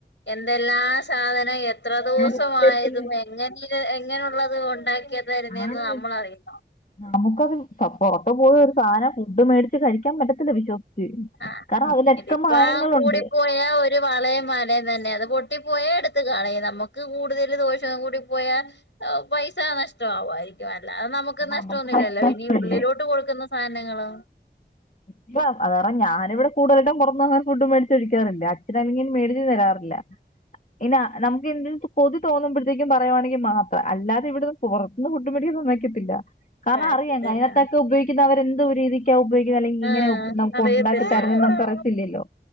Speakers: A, on the left (about 80°); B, on the left (about 45°).
A: എന്തെല്ലാ സാധനം എ എത്ര ദിവസമായതും
B: ആലോചിച്ചോക്കല്ലേ?
A: എങ്ങനെ എങ്ങനുള്ളത് ഒണ്ടാക്ക തരുന്നന്ന്
B: ആണ്
A: നമ്മള അറിയുന്നു
B: നമുക്കത് പോറത്ത് പോയി ഒരു സാധനം ഫുഡ് മേടിച്ച് കഴിക്കാൻ പറ്റത്തില്ല വിശ്വസിച്ച്
A: ആ
B: കാരണം അതിലൊക്കെ
A: ഇതിപ്പ
B: മായങ്ങളുണ്ട്
A: കൂടി പോയാ ഒരു വളയം മലയും തന്നെ അത് പൊ ട്ടി പോയ എടുത്ത് കളയും നമുക്ക് കൂടുതൽ ദോഷം കൂടി പോയാ പൈസ നഷ്ടമാവമായിരിക്കും അല്ല അത് നമുക്ക്
B: പിന്നെ
A: നഷ്ടംഒന്നുമില്ലോ
B: ഭക്ഷണം
A: പിന്നെ
B: ഇഷ്ടല്ലേ
A: ഉള്ളിലോട്ട് കൊടുക്കുന്ന സാധനങ്ങളൊ
B: ഇപ്പ അതുകാരണം ഞാനിവിടെ കൂടുതലായിട്ടും പുറത്തുന്ന് അങ്ങനെ ഫുഡ് മേടിച്ച് കഴിക്കാറില്ല അച്ഛനാങ്കിലും മേടിച്ചു തരാറില്ല ഇല്ല നമുക്ക് എന്ത് കൊതി തോന്നുമ്പഴേക്കും പറയുവാണെങ്കിൽ മാത്രം അല്ലാതെ ഇവിടുന്ന് പുറത്തന്ന് ഫുഡ് മേടിക്ക മേടിക്കത്തില്ല കാരണം
A: കഴിക്കത്തില്ല.
B: അറിയാം അതിനത്തൊക്കെ ഉപയോഗിക്കുന്ന അവരെന്തോ രീതിക്കാ ഉപയോഗിക്ക അല്ലെ ഇങ്ങനെ
A: ആഹ്
B: നമുക്ക്
A: അറിയത്തില്ല
B: ഉണ്ടാക്കി തരന്നെന്ന്
A: ആഹ്
B: നമുക്ക് അറിയത്തില്ലോ